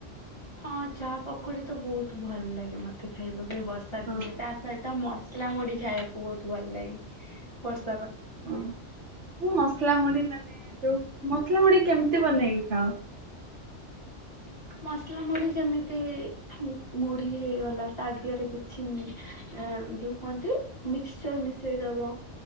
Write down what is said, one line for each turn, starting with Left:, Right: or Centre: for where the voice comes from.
Left: ହଁ ଚା ପକୁଡି ତ ବହୁତ ଭଲ ଲାଗେ ମତେ ଖାଇବାକୁ ବି ବର୍ଷା
Right: ହଁ।
Left: ଦିନରେ ତା ସହିତ ମ ସଲା ମୁଢି ଖାଇବାକୁ ବହୁତ ଭଲ ଲାଗେ। ବର୍ଷ
Right: ଓ ମୁଁ ମସଲା ମୁଢି ମାନେ ଯୋଉ ମ ସଲା ମୁଢି କେମିତି ବନେଇକି ଖାଅ? ହଁ।
Left: ମସଲା ମୁଢ ଯେମିତି ମୁଢି ହେଇଗଲା ତା ଦିହରେ କିଛି ଯୋଉ କୁହନ୍ତି ମିକସଚର ମିଶେଇ ଦବ